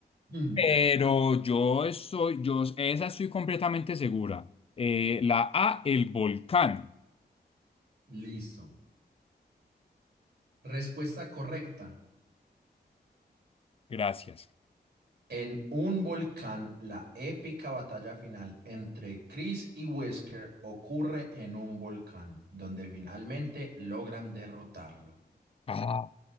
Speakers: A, on the right (about 75°); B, on the left (about 35°).
A: Hmm,
B: Pero yo estoy, yo, esa estoy completamente segura. Eh, la A, el volcán.
A: listo. Respuesta correcta.
B: Gracias.
A: En un volcán, la épica batalla final entre Chris y Wesker ocurre en un volcán, donde finalmente logran derrotarlo.
B: Ah,